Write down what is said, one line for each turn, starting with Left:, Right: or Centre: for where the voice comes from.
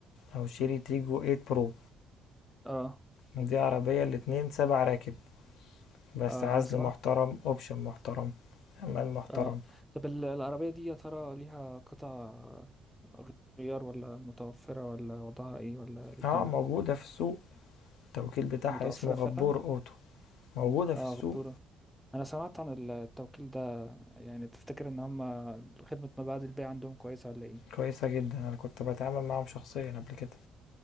Left: أو شيري تيجو 8 برو
Centre: اه
Left: دي عربية الاتنين سبع راكب بس
Centre: اه
Left: عزل
Centre: انا سمعت
Left: محترم اوبشن محترم أمان محترم
Centre: اه طب ال- العربية دي يا ترى ليها قطع غيار ولا متوفرة ولا وضعها ايه ولا إيه الدنيا
Left: اه موجودة في السوق التوكيل بتاعها
Centre: متوفرة
Left: اسمه غبور
Centre: فعلا
Left: أوتو موجودة في
Centre: اه
Left: السوق
Centre: غبورة انا سمعت عن التوكيل ده يعني تفتكر ان هم خدمة ما بعد البيع عندهم كويسة ولا ايه
Left: كويسة جدا أنا كنت بتعامل معاهم شخصيا قبل كده